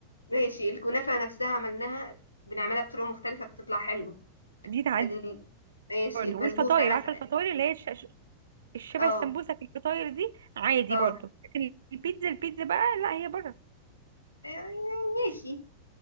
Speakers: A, on the left; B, on the right.
A: ماشي الكنافة نفسها عملناها بنعملها بطرق مختلفة بتطلع حلوة
B: دي تعدي
A: ال... ماشي
B: برضه
A: البسبوسة
B: والفطاير عارفه
A: مثلا
B: الفطاير اللي هي الش- الشبه
A: اه
B: السمبوسه في الفطاير دي عادي
A: اه
B: برضه لكن البيتزا البيتزا بقى لا هي بره
A: يعني ماشي